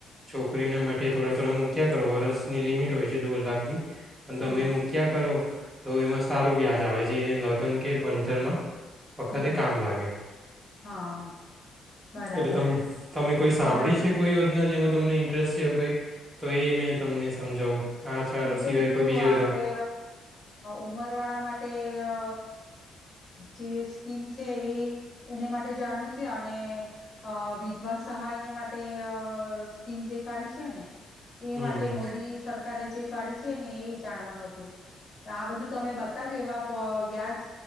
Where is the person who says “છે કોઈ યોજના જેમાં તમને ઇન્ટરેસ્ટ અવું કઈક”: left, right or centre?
Right